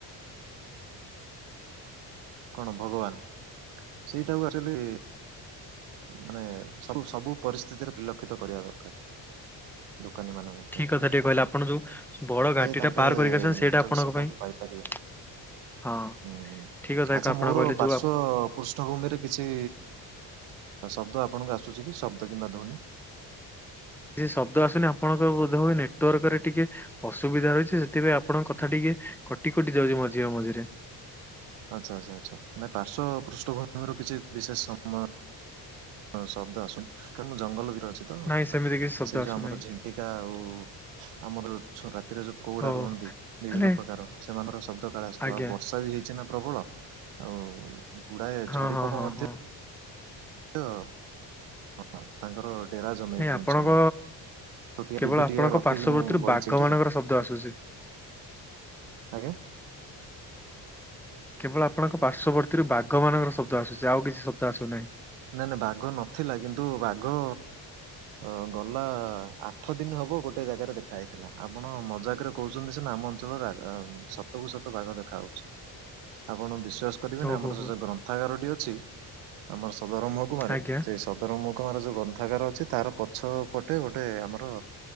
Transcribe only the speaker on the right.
କଣ ଭଗବାନ, ସେଇଟାକୁ ଆକଚୁଆଲି ମାନେ ସବୁ ସବୁ ପରିସ୍ଥିତିରେ ପରିଲକ୍ଷିତ କରିବା ଦରକାର। ଦୋକାନୀ ମାନଙ୍କୁ।
ତାଙ୍କେ
ଯୋଉ
ସେବାଟି
ପାଇପାରିବେ
ହୁଁ।
ଆଚ୍ଛା
ମୋର
ପାର୍ଶ୍ଵ
ପୃଷ୍ଠଭୂମିରେ କିଛି ଶବ୍ଦ ଆପଣଙ୍କୁ ଆସୁଛି କି ଶବ୍ଦ କିମ୍ବା ଧ୍ୱନି?
ଆଚ୍ଛା ଆଛା ଆଛା ନା ପାର୍ଶ୍ୱ ପୃଷ୍ଠଭୂମିରୁ କିଛି ବିଶେଷ ସମୟ ଶବ୍ଦ ଆସୁନି, କାରଣ ମୁଁ ଜଙ୍ଗଲ ଭିତରେ ଅଛି ତ,
ସେ
ଯୋଉ ଆମର ଝି ଣ୍ଟିକା ଆଉ ଆମର ଛ ରାତିରେ ଯୋଉ ପୋକ ଗୁଡ଼ା
ରୁହନ୍ତି ବିଭିନ୍ନ
ପ୍ରକାର ସେମାନଙ୍କର ଶବ୍ଦକାଳ ଆସୁଥିବ,
ଆଉ ବର୍ଷା ବି ହେଇଛି ନା ପ୍ରବଳ, ଆଉ ଗୁଡାଏ
ଝଡି
ପୋକ
ମଧ୍ୟ
ହଁ ତାଙ୍କର ଡେରା ଜମେଇ
ଦେଇଛନ୍ତି
ଏଇଠି।
ଭି
ଟିକେ ରଖିକି
ମୁଁ ବଇଛି
ଏଠି।
ଆଜ୍ଞ।
ନାଇଁ ନାଇ ବାଘ ନଥିଲା କିନ୍ତୁ ବାଘ ଅ ଗଲା ଆଠ ଦିନ ହବ ଗୋଟେ ଜାଗାରେ ଦେଖା ହେଇଥିଲା ଆପଣ ମଜାକରେ କହୁଛନ୍ତି ସନା ଆମ ଅଞ୍ଚଳର ସତ କ ସତ ବାଘ ଦେଖା ହଉଛି ଆପଣ ବିଶ୍ଵାସ କରିବେନି
ଆମର
ସେ ଯ ଗ୍ରନ୍ଥାଗାରଟି ଅଛି ଆମର ସଦର ମହକୁମାରେ
ସେ ସଦରମଖମାର ଯୋଉ ଗନ୍ଥାଗାର ଅଛି ତାର ପଛ ପଟେ ଗୋଟେ ଆମର